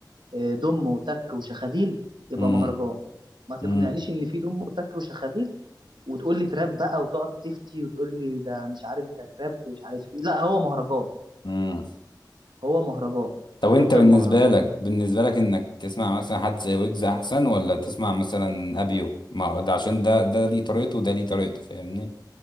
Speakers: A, on the right (about 80°); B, on the left (about 75°).
A: آه، دم وتك وشخاليل يبقى
B: امم
A: مهرجان ما تقنعنيش
B: امم
A: ان في دم وتك وشخاليل وتقول لي تراب بقى وتقعد تفتي وتقول لي ده مش عارف ده تراب ومش عارف ايه لا هو مهرجان
B: امم
A: هو مهرجان
B: طب
A: هيفضل
B: انت بالنسبة
A: مهرجان
B: لك بالنسبة لك انك تسمع مثلا حد زي ويجز احسن ولا تسمع مثلا ابيو ما هو ده عشان ده ده ليه طريقته وده ليه طريقته فاهمني